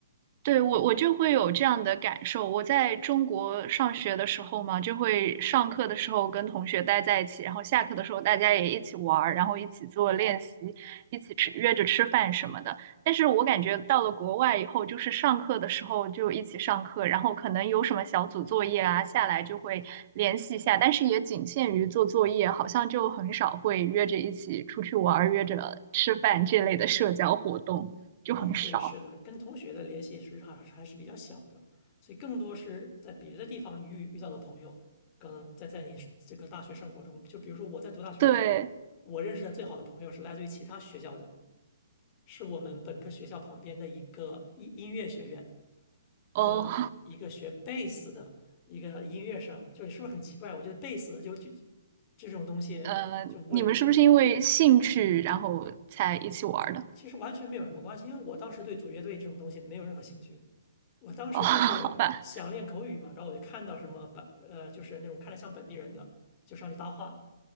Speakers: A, on the right; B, on the left.
A: 对，我我就会有这样的感受。我在中国上学的时候嘛，就会上课的时候跟同学待在一起，然后下课的时候大家也一起玩儿，然后一起做练习，一起吃，约着吃饭什么的。但是我感觉到了国外以后，就是上课的时候就一起上课，然后可能有什么小组作业啊，下来就会联系一下，但是也仅限于做作业，好像就很少会约着一起出去玩儿，约着吃饭这类的社交活动就很少。
B: 哦，对，是的，跟同学的联系实际上还是还是比较小的，所以更多是在别的地方遇遇到的朋友，可能在在你这个大学生活中，就比如说我在读大学的时候，
A: 对。
B: 我认识的最好的朋友是来自于其他学校的，是我们本科学校旁边的一个音音乐学院
A: 哦，
B: 的一个学贝斯的一个音乐生，就是是不是很奇怪？我觉得贝斯就就这种东西就为我
A: <laughs> 呃，你们是不是因为兴趣然后才一起玩儿的？
B: 其实完全没有什么关系，因为我当时对组乐队这种东西没有任何兴趣。我当时就是想练口语嘛，
A: 哦，<laughs> 好吧，
B: 然后我就看到什么本呃，就是那种看着像本地人的，就上去搭话。